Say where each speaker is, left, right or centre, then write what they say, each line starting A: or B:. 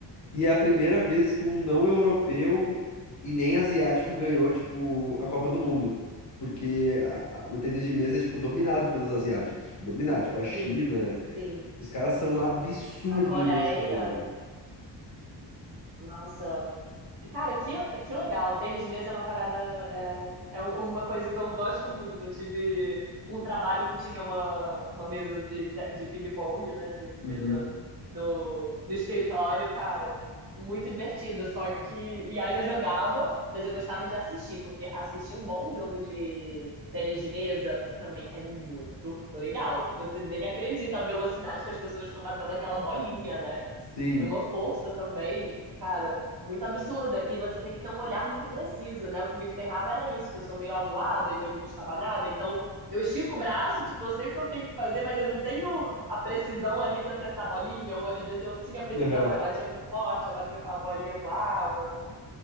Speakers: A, on the left (about 40°); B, on the right (about 50°).
A: E é a primeira vez que um não europeu e nem asiático ganhou, tipo, a Copa do Mundo. Porque a- a- o tênis de mesa é, tipo, dominado pelos asiáticos. Tipo, dominado. Tipo, a China.
B: Sim, sim.
A: Os caras são um absurdo
B: A Coreia,
A: nesse jogo.
B: nossa, Cara, que, que legal. Tênis de mesa é uma parada, é, um- é um- uma coisa que eu gosto muito. Eu tive um trabalho que tinha uma, uma mesa de, te- de ping-pong, né, de tênis de
A: Uhum.
B: mesa no, no escritório, cara, muito divertido. Só que, e aí eu jogava, mas eu gostava de assistir, porque assistir um bom jogo de tênis de mesa também é muito legal. Você nem acredita a velocidade que as pessoas estão batendo aquela bolinha, né?
A: Sim.
B: é uma força também, cara, muito absurda. E você tem que ter um olhar muito preciso, né? O que me ferrava era isso, que eu sou meio avoada e meio estabanada, então eu estico o braço, tipo, eu sei o que eu tenho que fazer, mas eu não tenho a precisão ali de acertar a bolinha, ou às vezes eu tinha precisão,
A: <laughs> Aham.
B: aí batia muito forte, a bolinha, a bolinha voava.